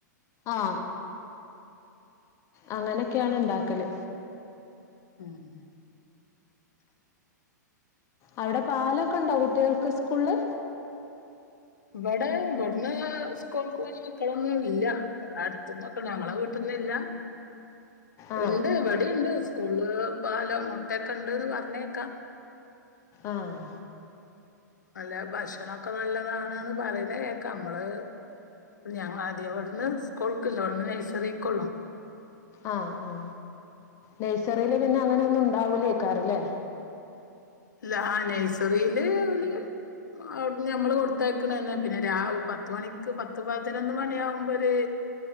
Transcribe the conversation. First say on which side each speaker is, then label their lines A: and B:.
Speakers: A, on the left; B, on the left.
A: ആ ആ അങ്ങനൊക്കെയാണ് ഉണ്ടാക്കല്
B: ഉം
A: അവിടെ പാലൊക്കെ ഇണ്ടൊ കുട്ടികൾക്ക് സ്കൂള്ല്
B: ഇവിടെ ഇവിടുന്ന് സ്കൂൾക്ക് പോണ മക്കളൊന്നും ഇല്ല അടുത്ത്ന്നൊ ക്കെണ്ട് ഞങ്ങളെ വീട്ട്ന്ന് ഇല്ല
A: ആ
B: ഇണ്ട് വിടിണ്ട് സ്കൂള് പാലോ മുട്ടൊക്കെ ഉണ്ട്ന്ന് പറഞ്ഞേക്കാം
A: ആഹ്
B: അല്ല ഭക്ഷണൊക്കെ നല്ലത ണ് പറയുന്ന കേക്ക നമ്മള് <unintelligible> ഇവിടന്ന് സ്കൾക്കില്ല ഇവിട്ന്ന് നഴ്സറിക്കൊള്ളു
A: ആഹ് ആ നഴ്സറിയില് പിന്നെ അങ്ങനൊന്നും ഉണ്ടാവൂലയ്ക്കാരല്ലേ
B: ഇല്ല ആ നഴ്സറിയില് ഓല് അ ഞമ്മള് കൊടുത്തയക്കണന്നെ പിന്നെ രാവ് പത്ത് മണിക്ക് പത്ത് പതിനൊന്ന് മണി ആകുമ്പൊര്